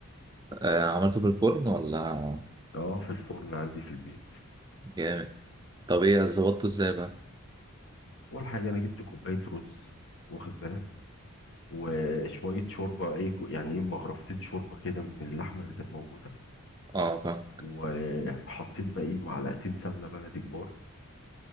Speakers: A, on the right; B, on the left.
A: آه عملته في الفرن ولا
B: اه في الفرن عندي في البيت
A: جامد طب إيه ظبطته إزاي بقى؟
B: اول حاجه انا جبت كوبايه رز واخد بالك وشويه شوربه اي كو- يعني ايه مغرفتين شوربه كده من اللحمه اللي كانت موجوده
A: أه فاهم
B: وحطيت باقي معلقتين سمنه بلدي كبار